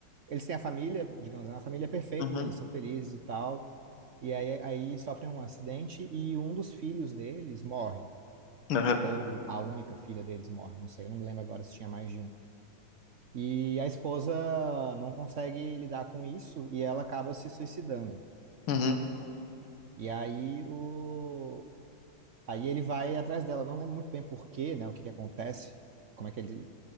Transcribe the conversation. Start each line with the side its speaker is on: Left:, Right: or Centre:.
Right: eles têm a família, digamos, a família perfeita,
Left: uhum,
Right: eles são felizes e tal, e aí, aí sofrem um acidente e um dos filhos deles morre,
Left: aham,
Right: ou a única filha deles morre, não sei, eu não me lembro agora se tinha mais de um. E a esposa não consegue lidar com isso e ela acaba se suicidando.
Left: uhum,
Right: E aí o aí ele vai atrás dela, não lembro muito bem por quê, né, o que que acontece, como é que ele,